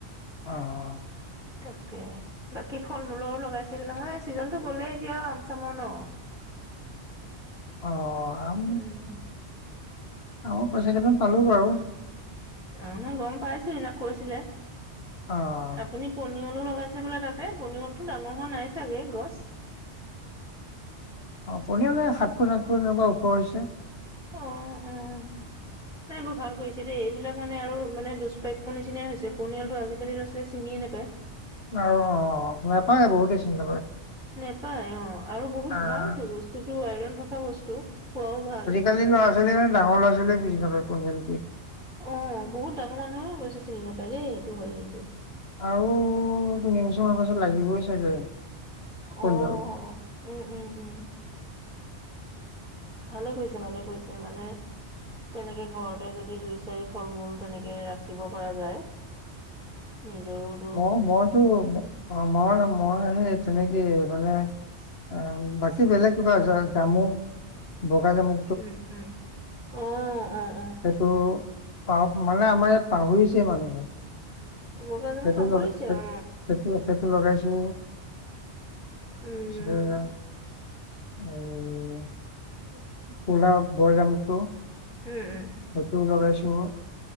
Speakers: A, on the left; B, in the centre.
A: অ।
B: তাকে বাকী ফল - মূলৰ লগাইছিল নহয় চিজনটো গ'লে এতিয়া আম - চামৰ ন?
A: অ
B: <unintelligible>
A: আম
B: উম।
A: আমৰ পইচাকেইটামান পালো বাৰু।
B: অ নহয় গম পাইছো সেইদিনা কৈছিলে,
A: অ।
B: আপুনি পোন নিয়লো লগাইছে বোলে তাতে পনিয়লটো ডাঙৰ হোৱা নাই চাগে গছ?
A: অ পনিয়ল মানে সাত ফুট সাত ফুট এনেকুৱা ওখ হৈছে। <inaudible>
B: অ', অ', নাই বৰ ভাল কৰিছে দেই এইবিলাক মানে আৰু মানে দুষ্প্ৰাপ্য নিচিনাই হৈছে পণিয়ালটো আজিকালি ল'ৰা - ছোৱালীয়ে চিনিয়ে নাপায়।
A: আৰু অ, নাপায় বহুতেই চিনি নাপায়।
B: নেপায় অ আৰু বহুত
A: আহ
B: ভালতো বস্তুটো আইৰন থকা বস্তু, খোৱাও ভাল।
A: কালি লৰা - ছোৱালী ডাঙৰ লৰা - ছোৱালীয়ে বিজি নাপায় পনীয়ল কি।
B: অ বহুত ডাঙৰ মানুহে অৱশ্যে চিনি নাপায় দেই সেইটো হয় কিন্তু।
A: আৰু তিনি বছৰমানৰ পাছত লাগিবই চাগে পনিয়ল।
B: অ উম উম উম ভালে কৰিছে ভালে কৰিছে মানে তেনেকে ঘৰতে যদি দুই, চাৰি ফল - মূল তেনেকে ৰাখিব পৰা যায়। নিজৰো
A: মই মইতো মই মই সেই তেনেকে মানে অ বাকী বেলেগ কিবা আছে জামু, বগা জামু
B: উম উম, অ অ অ।
A: ত' পাহ মানে আমাৰ ইয়াত পাহৰিছে মানুহে।
B: বগা জামু
A: সেইটো
B: পাহৰিছে
A: লগাই, সেই
B: অ
A: সেইটো সেইটো লগাইছো।
B: উম
A: <unintelligible> <unintelligible>
B: উম উম।
A: ফটো লগাইছো।